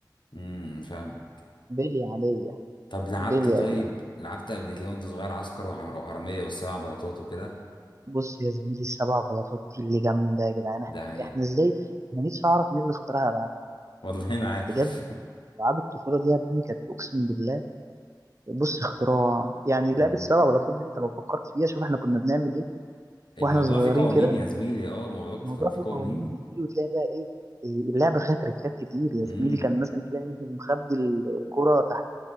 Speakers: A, on the left (about 80°); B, on the right (about 40°).
A: امم فاهم
B: بيلي عاديه
A: طب لعبت
B: بيلي يا
A: طيب
B: جدعان
A: لعبت قبل كده وانت صغير عسكر وح- وحرامية والسبع بلاطات وكده
B: بص يا زميلي السبع بلاطات دي اللي جامده يا جدعان احنا
A: ده هي
B: احنا ازاي ما نيتش اعرف مين اللي اخترعها
A: <laughs> والله ما عارف
B: بجد العاب الطفوله دي يا ابني كانت اقسم بالله بص اختراع يعني
A: <laughs>
B: لعبه
A: مم.
B: سبع بلاطات دي انت لو فكرت فيها شوف احنا كنا بنعمل ايه
A: الموضوع
B: واحنا صغيرين
A: فيه قوانين
B: كده
A: يا زميلي اه الموضوع
B: الموضوع
A: كان فيه
B: فيه
A: قوانين
B: قوانين مش دي وتلاقي بقى ايه إيه، اللعبه فيها تريكات كتير يا
A: امم
B: زميلي كان مثلا تلاقي مثلا مخبي ال- الكره تحت